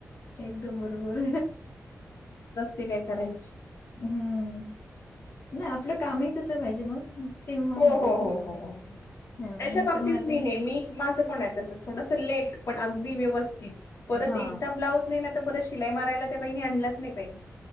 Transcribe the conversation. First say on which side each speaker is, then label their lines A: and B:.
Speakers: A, on the left; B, on the left.
A: एकदम बरोबर
B: ते हे करयची
A: हम्म नाही आपलं कामही तस पाहिजे मग तेव्हा
B: हो
A: होत
B: हो हो
A: ते
B: हो हो हो
A: ह
B: त्याच्या बाबतीत
A: तर मग आता
B: मी नेहमी माझ पण आहे तस थोडस लेट पण अगदी व्यवस्थित परत
A: हा
B: एकदा ब्लाउज नाही तर परत शिलाई माराला त्या बाईने आणलाच नाही पाहिजे